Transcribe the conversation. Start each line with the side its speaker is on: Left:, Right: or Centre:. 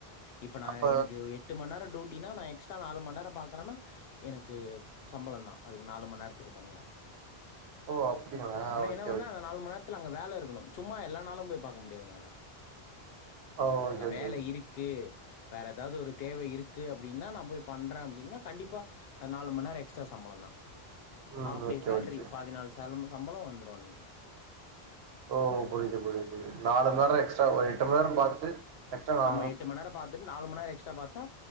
Left: இப்ப நான்
Right: அப்ப
Left: எனக்கு எட்டு மணி நேரம் டூட் அப்டின்னா நா எக்ஸ்ட்ரா நாலு மணி நேரம் பாக்குறன்னா எனக்கு சம்பளம் தான் அதுக்கு நாலு மணி நேரத்துக்கு தனியா
Right: ஓ அப்டிங்களா
Left: ஆனா
Right: ஓகே
Left: என்ன ஒண்ணா
Right: ஓகே
Left: அந்த நாலு மணி நேர அங்க வேலை இருக்கணும் சும்மா எல்லா நாளும் போய் பார்க்க முடியாது என்னல
Right: ஓ ஓகே
Left: அங்க
Right: ஓகே
Left: வேலை இருக்கு வேற ஏதாது ஒரு தேவை இருக்கு அப்டின்னா நான் போய் பண்றேன் அப்டின்னா கண்டிப்பா நாலு மணிநேர எக்ஸ்ட்ரா சம்பளம் தான்
Right: ம்
Left: half
Right: okay
Left: day salary
Right: okay
Left: பாதிநாள் சே சம்பளம் வந்துரும் அன்னைக்கு
Right: ஓ புரியுது புரியுது புரியுது நாலு நேரம் எக்ஸ்ட்ரா எட்டு மணி நேரம் பாத்துட்டு எக்ஸ்ட்ரா நாலு
Left: ஆமா எட்டு மணி நேரம் பாத்துட்டு நாலு மணி நேரம் எக்ஸ்ட்ரா பாத்தா